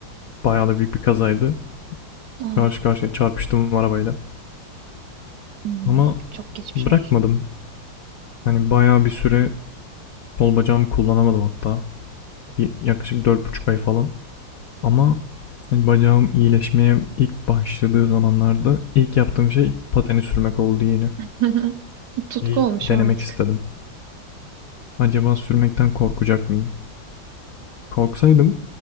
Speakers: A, on the left (about 75°); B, on the right (about 70°).
A: Bayağı da büyük bir kazaydı.
B: Aa,
A: Karşı karşıya çarpıştım arabayla.
B: Hı.
A: Ama
B: çok geçmiş
A: bırakmadım.
B: olsun.
A: Hani bayağı bir süre Sol bacağımı kullanamadım hatta. Bir yaklaşık dört buçuk ay falan. Ama hani bacağım iyileşmeye ilk başladığı zamanlarda ilk yaptığım şey pateni sürmek oldu yine.
B: <laughs>
A: Şeyi
B: Tutku olmuş
A: denemek
B: o artık.
A: istedim. Acaba sürmekten korkacak mıyım? Korksaydım